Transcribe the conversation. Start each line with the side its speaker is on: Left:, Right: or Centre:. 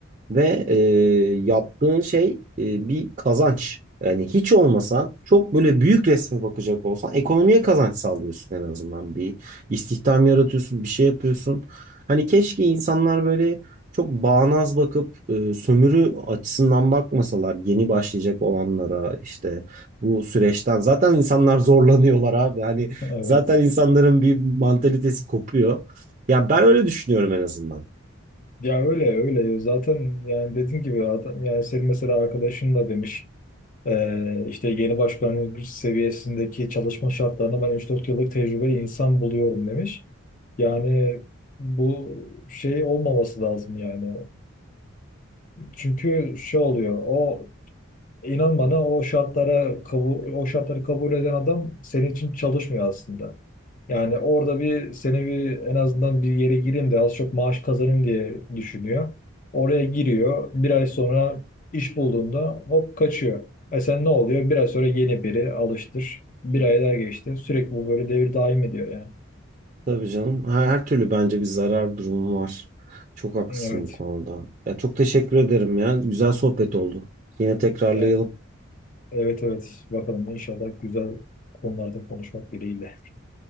Right: Ve e, yaptığın şey e, bir kazanç. Yani hiç olmasa çok böyle büyük resme bakacak olsan ekonomiye kazanç sağlıyorsun en azından. Bir istihdam yaratıyorsun, bir şey yapıyorsun. Hani keşke insanlar böyle çok bağnaz bakıp e, sömürü açısından bakmasalar yeni başlayacak olanlara işte bu süreçten. Zaten insanlar <laughs> zorlanıyorlar abi. Hani
Left: <laughs> Evet.
Right: zaten insanların bir mantalitesi kopuyor. Ya ben öyle düşünüyorum en azından.
Left: Ya öyle öyle. Zaten yani dediğim gibi adam, yani senin mesela arkadaşın da demiş. Ee, işte yeni başkanlık güç seviyesindeki çalışma şartlarına ben üç dört yıllık tecrübeli insan buluyorum demiş. Yani bu şey olmaması lazım yani. Ee, çünkü şey oluyor. O İnan bana o şartlara kabul, o şartları kabul eden adam senin için çalışmıyor aslında. Yani orada bir seni bir en azından bir yere gireyim de az çok maaş kazanayım diye düşünüyor. Oraya giriyor. Bir ay sonra iş bulduğunda hop kaçıyor. E sen ne oluyor? Bir ay sonra yeni biri alıştır. Bir ay daha geçti. Sürekli bu böyle devir daim ediyor yani.
Right: Tabii canım. Her, her türlü bence bir zarar durumu var. Çok haklısın
Left: Evet.
Right: bu konuda. Ya çok teşekkür ederim ya. Güzel sohbet oldu. Yine tekrarlayalım.
Left: Ve- Evet evet. Bakalım inşallah güzel konularda konuşmak dileğiyle.